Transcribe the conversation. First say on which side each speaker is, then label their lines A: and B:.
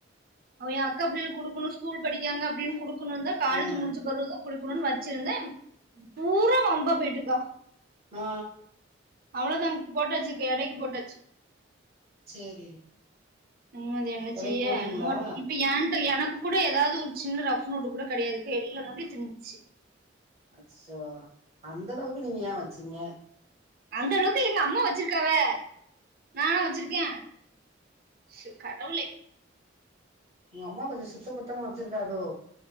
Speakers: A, on the right; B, on the right.
A: அவ எ அக்கா பிள்ளைகளுக்கு குடுக்கணு ஸ்கூல் படிக்காங்க அப்டினு குடுக்கணுன்தா காலேஜ்
B: ம்
A: முடிச்ச பெறவுதா குடுக்கணுன் வச்சிருந்தே பூரா வம்பா போயிட்டுக்கா
B: ஆ
A: அவ்ளோதாங் போட்டாச்சிக எடைக்கு போட்டாச்சி
B: சேரி
A: நிம்மதி என்ன
B: எடைக்கு
A: செய்ய
B: போட்டீங்களா
A: நோட் இப்ப ஏன் ட்ட எனக்கு கூட எதாது ஒரு சின்ன ரஃப் நோட்டு கூட கெடையாதுகா எல்லா நோட்டு திண்ச்சி
B: அச்சச்சோ அந்தளவுக்கு நீங்க ஏ வச்சிங்க
A: அந்தளவுக்கு எங்க அம்மா வச்சிருக்காவ நானா வச்சிருக்கே ஷோ கடவுளே
B: உங்கம்மா கொஞ்சோ சுத்த பத்தமா வச்சிருக்காதோ